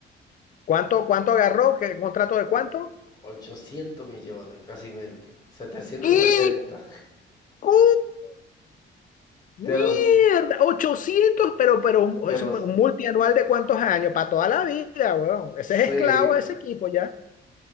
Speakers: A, on the left; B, on the left.
A: ¿Cuánto, cuánto agarró? ¿Qué contrato de cuánto?
B: 800 millones, casi mente, 770.
A: ¿Qué? ¿Cómo? Mierda,
B: De los,
A: Ochocientos, pero, pero un-
B: de
A: es
B: los,
A: un multianual de cuántos años, para toda la vida, weón. Ese
B: sí,
A: es esclavo de ese equipo ya.